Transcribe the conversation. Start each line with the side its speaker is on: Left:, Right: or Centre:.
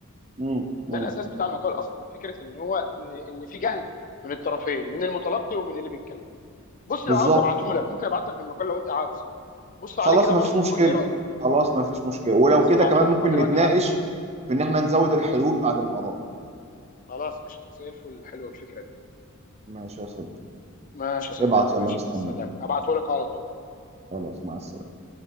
Right: مم، مم.
Left: ده الاساس بتاع المقال اصلا فكره ان هو ان ان في جهل من الطرفين من المتلقي ومن اللي بيتكلم بص
Right: بالظبط
Left: لو عاوز ابعته لك ممكن ابعت لك المقال لو انت عاوز بص
Right: خلاص
Left: عليه كده
Right: ما
Left: برضه
Right: فيش مشكله
Left: وقول لي رايك
Right: خلاص ما فيش مشكله ولو
Left: خلاص
Right: كده
Left: هبعته
Right: كمان
Left: لك
Right: ممكن
Left: اهو دلوقتي
Right: نتناقش
Left: حالا
Right: في ان احنا نزود الحلول بعد ما اراك
Left: خلاص قشطه زي الفل حلوه الفكره دي
Right: ماشي يا صديقي
Left: ماشي يا صديقي
Right: ابعت يلا
Left: ماشي
Right: مستنيك
Left: مع السلامه هبعته لك على طول
Right: خلاص مع السلامه